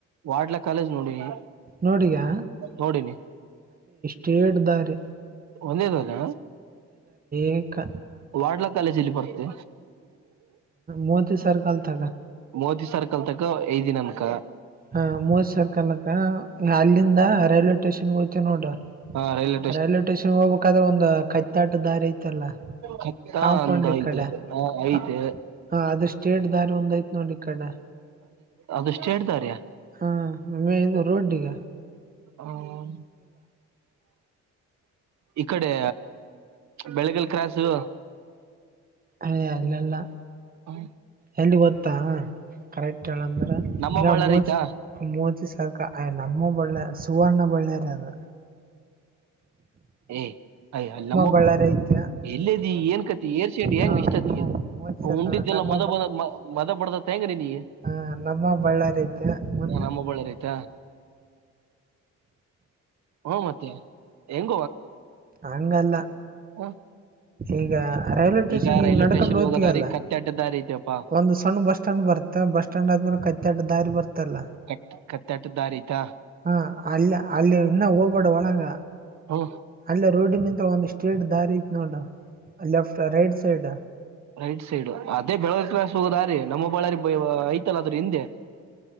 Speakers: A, on the right; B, on the right.
A: ವಾಡ್ಲ ಕಾಲೇಜ್ ನೋಡಿನಿ
B: ನೋಡಿಯಾ
A: ನೋಡಿನಿ
B: ಕೆವಿಟ್ ದಾರೆ
A: ಒಂದೇದ ಅಲ್ಲ
B: ಏಕ
A: ವಾಡ್ಲ ಕಾಲೇಜಲ್ಲಿ ಬರ್ತೆೆ
B: ಮೋತೈದು ಸಾವಿರಕಂತ
A: ಮೋದಿ ಸರ್ಕಲ್ ತಕ ಐಜಿ ನಮ್ಮ ಕಲ
B: ಹಾ ಮೂವತ್ ಸರ್ ಕನಕ್ಕ ಅಲ್ಲಿಂದ ರೈಲ್ವೆ ಸ್ಟೇಷನ್ಗೆ ಹೋಗ್ತೇ ನೋಡ್ರ
A: ಹಾ ರೈಲ್
B: ರೈಲ್ವೆ ಸ್ಟೇಷನ್ ಹೋಗ್ಬೇಕಾದ್ರೆ ಒಂದು ಕೈತಾಟ ದಾರಿ ಐತಲ್ಲಾ
A: ಕತ್ತ
B: ಕಾಂಪೌಂಡ್
A: ಅಂದ
B: ಈ
A: ಐತೆ
B: ಕಡೆ ಹ
A: ಐತೆ
B: ಅದ ಸ್ಟೇಟ್ ದಾರಿ ಒಂದು ನೋಡ ಇ ಕಡೆ
A: ಅದ ಸ್ಟೇಟ್ ದಾರಿಯ
B: ಹಾ ಒಮ್ಮೆ ಇದು ರೋಡ್ಡಿಗ
A: ಹ ಇಕಡೆ ಬೆಳಗಲ್ ಕ್ರಾಸು
B: ಹೇ ಅಲ್ಲಲ್ಲ
A: ಹ್ಮ
B: ಎಲ್ಲಿ ಗೊತ್ತಾ ಕರೆಕ್ಟ್ ಹೇಳ್ ಅಂದ್ರ
A: ನಮ್ಮ
B: ಈಗ
A: ಬಳ್ಳಾರಿ
B: ಮೋಜಿ
A: ಐತಾ
B: ಮೋಜಿ ಸಾಕ ಅಯ್ ನಮ್ಮ ಬಳ್ಳ ಸುವರ್ಣ ಬಳ್ಳಾರಿ ಅದು
A: ಏಯ್ ಅಯ ಅಲ್ಲಿ ನಮ್ಮ ಅಪ್ಪ
B: ಬಳ್ಳಾರಿ ಐತೆ
A: ಎಲ್ಲೇದಿ ಏನ್ಕತಿ ಏರ್ಸಂಡಿ ಹೆಂಗ
B: ಹ
A: ಇಷ್ಟತಿಗೆ
B: ಮೋದಿ ಸರ್ಕಾರ
A: ಉಂಡಿದ್ದೆಲ್ಲ
B: ನಮ್ಮ
A: ಮದ ಬ ಮದ ಬಡದತಿ ಈಗ ನಿನಿಗೆ
B: ಹಾ ನಮ್ಮ ಬಳ್ಳಾರಿ ಐತಿ ಮುಂದ
A: ನಮ್ಮ ಬಳ್ಳಿ ರೈತ ಹ ಮತ್ತೆ ಎನ್
B: ಹಂಗಲ್ಲ
A: ಹ
B: ಈಗ ರೈಲ್ವೆ ಸ್ಟೇಷನ್
A: ಈಗ ರೈಲ್ವೆ
B: ನಡ್ಕೊಂಡು
A: ಸ್ಟೇಷನ್
B: ಹೊಯತಿಲ್ಲ
A: ಹೋಗೋ ದಾರಿ ಕತ್ತೆಟ್ಟ ದಾರಿ ಐತೆಪ್ಪಾ
B: ಒಂದು ಸಣ್ಣ ಬಸ್ ಸ್ಟ್ಯಾಂಡ್ ಬರುತ್ತೆ ಬಸ್ ಸ್ಟ್ಯಾಂಡ್ ಆದ್ಮೇಲೆ ಕೈತ್ತಟ್ಟ ದಾರಿ ಬರುತ್ತೆ ಲ್ಲ
A: ಕಟ್ ಕತ್ತೆಟ್ಟ ದಾರಿ ಐತಾ
B: ಹ ಅಲ್ಲಿ ಅಲ್ಲಿ ಇನ್ನ ಹೋಗಬಡ ಒಳಂಗ
A: ಹ್ಮ
B: ಅಲ್ಲ ರೋಡ್ ನಿಂದ ಒಂದ್ ಸ್ಟ್ರೇಟ್ ದಾರಿ ಐತ್ ನೋಡ left right side
A: right side ಅದೇ ಬೆಳಗಲಿ ಕ್ರಾಸ್ ಹೋಗೋದ ದಾರೀ ನಮ್ಮಬ್ಬಳ್ಳಾರಿ ಐತಲ್ಲ ಅದರ ಹಿಂದೆ